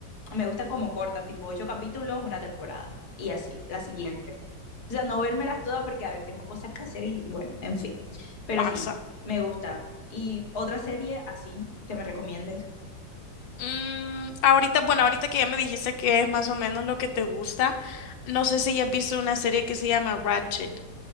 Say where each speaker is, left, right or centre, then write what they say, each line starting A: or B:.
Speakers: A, on the left; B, on the left.
A: me gustan como cortas, tipo ocho capítulos, una temporada. Y así, la siguiente. O sea, no vérmelas todas porque, a ver, tengo cosas que hacer y bueno, en fin. Pero
B: pasa.
A: sí, me gusta. Y otra serie así que me recomiendes.
B: Mm, ahorita, bueno, ahorita que ya me dijiste que es más o menos lo que te gusta, no sé si ya has visto una serie que se llama Ratchet.